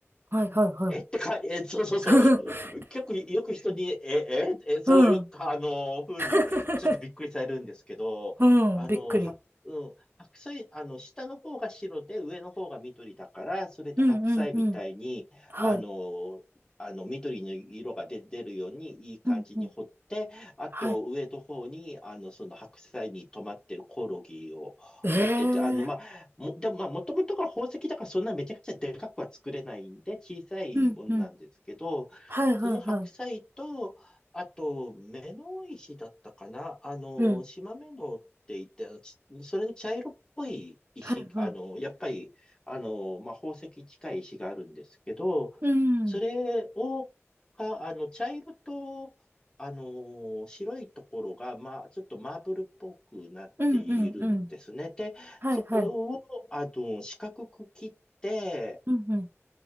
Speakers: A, on the right; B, on the left.
A: はいはいはい。
B: えってか、え、そうそうそう。
A: <laughs>
B: 結構よく人に、え、え、え、そういう、
A: うん。
B: あの、風に、
A: <laughs>
B: ちょっとびっくりされるんですけど、
A: うん。
B: あの、
A: びっくり。
B: は、うん、白菜、あの、下の方が白で上の方が緑だから、それで白菜みたいに、
A: うんうんうん。はい。
B: あの、あの、緑の色が出、出るようにいい感じに掘って、
A: うんうん。
B: あと、
A: はい。
B: 上の方に、あの、その白菜に止まってるコオロギを掘ってて、
A: ええ
B: あの、まあ、も、でもまあ、もともとが宝石だからそんなめちゃくちゃでかくは作れないんで、小さいものなんですけど、
A: うんうん。はいはいは
B: その白菜と、あと、目の石だったかなあの、
A: い。うん。
B: 島目のって言って、あの、ちそれの茶色っぽい石、
A: はいはい。
B: あの、やっぱり、あの、まあ、宝石近い石があるんですけど、
A: うん。
B: それを、
A: うん
B: か、あの、茶色と、あの、白いところが、まあ、ちょっとマーブルっぽくなっているんですね。
A: うんうん。
B: で、
A: はいはい。
B: そこをあの、四角く切って、
A: うんうん。